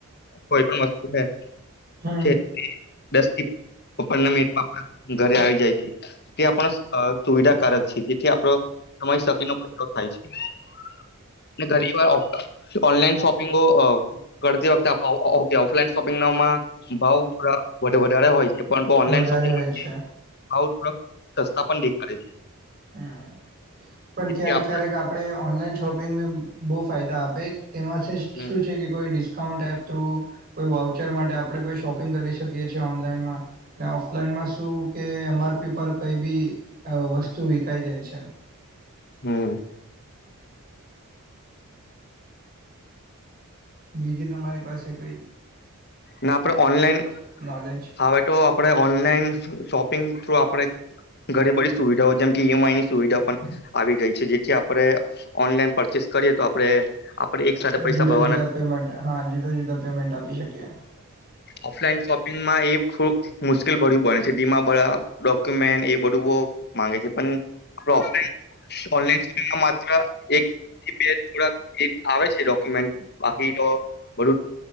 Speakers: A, on the left (about 45°); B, on the right (about 40°).
A: કોઈ પણ વસ્તુ છે
B: હમ
A: છે દસ થી પંદર મિનિટમાં આપ ઘરે આવી જાય છે તે આપણ સુવિધાકારક છે જેથી આપડો સમય શકી નો બદલો થાય છે ઘરી વાર ઓનલાઈન શોપિંગો કરતી વખતે આપ ઓફલાઈન શોપિંગમાં ભાવ થોડા વધારે હોય છે પરંતુ ઓનલાઈન
B: વધારે
A: શોપિંગ
B: હોય છે
A: ભાવ સસ્તા પણ દેખાડે છે
B: હમ પણ
A: જેથી
B: ક્યારેક
A: આપ
B: ક્યારેક આપડણે ઓનલાઈન શોપિંગ બી બહુ ફાયદા આપે તેમાંથી
A: હમ
B: શું છે કે કોઈ ડિસ્કાઉન્ટ એપ થ્રુ કોઈ વાઉચર માટે આપ આપણે કો શોપિંગ કરી શએ છીએ ઓનલાન ઓફલાઈનમાં શું કે એમ આરપી પર કઈ બી વસ્તુ શું વિકઈ જાય છે
A: હમ
B: બીજું તમારી પાસે કોઈ
A: ના આપડે ઓનલાઈન
B: નોલેજ
A: હવે તો આપડે ઓનલાઈન શોપિંગ થ્રુ આપણે ઘણી બધી સુવિધાઓ જેમ કે ઈએમ આઈની સુવિધાઓ પણ આવી ગઈ છે જેથી આપણે ઓનલાઈન પરચેસ કરીએ તો આપણે આપણે એક સાથે પૈસા
B: જુદા
A: ભરવા
B: જુદા
A: નથી
B: પેમેન્ટ હા જુદા જુદા પેમેન્ટ આપ આપી શક્યા
A: ઓફલાઈન શોપિંગમાં એ થોડુંક મુશ્કેલ ભર્યું ભણે છે ડીમા ભરા ડોક્યુમેન્ટ એ બધું માંગે છે પણ આપ ઓનલાનોપ માત્ર એકથી બે થોક આવે છે ડોક્યુમેન્ટ બાકી તો બું